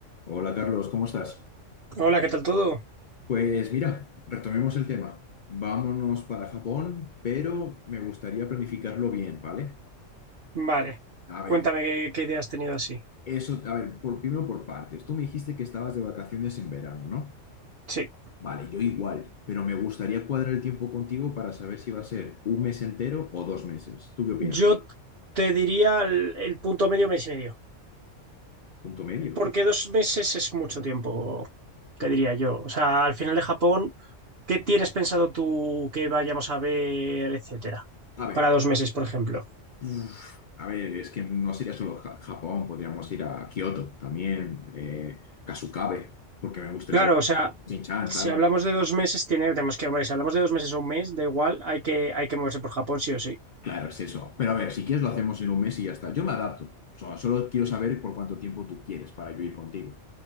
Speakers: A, on the left; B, on the right.
A: Hola Carlos, ¿cómo estás?
B: Hola, ¿qué tal todo?
A: Pues mira, retomemos el tema. Vámonos para Japón, pero me gustaría planificarlo bien, ¿vale?
B: Vale,
A: A
B: cuéntame
A: ver,
B: qué, qué idea has tenido así.
A: eso, a ver, por, primero por partes. Tú me dijiste que estabas de vacaciones en verano, ¿no?
B: Sí,
A: Vale, yo igual, pero me gustaría cuadrar el tiempo contigo para saber si va a ser un mes entero o dos meses. ¿Tú qué opinas?
B: yo te diría el, el punto medio, mes y medio,
A: Punto medio.
B: porque dos meses es mucho tiempo, te diría yo. O sea, al final de Japón, ¿qué tienes pensado tú que vayamos a ver, etcétera?
A: A ver,
B: Para dos meses, por ejemplo.
A: uf, a ver, es que no sería solo Ja- Japón, podríamos ir a Kioto también, eh, Kasukabe, porque me gustaría
B: Claro,
A: ver.
B: o sea,
A: Shin-chan, ¿sabes?
B: si hablamos de dos meses, tiene, tenemos que, hombre, si hablamos de dos meses o un mes, da igual, hay que, hay que moverse por Japón, sí o sí.
A: Claro, es eso. Pero a ver, si quieres lo hacemos en un mes y ya está. Yo me adapto. O sea, solo quiero saber por cuánto tiempo tú quieres para yo ir contigo.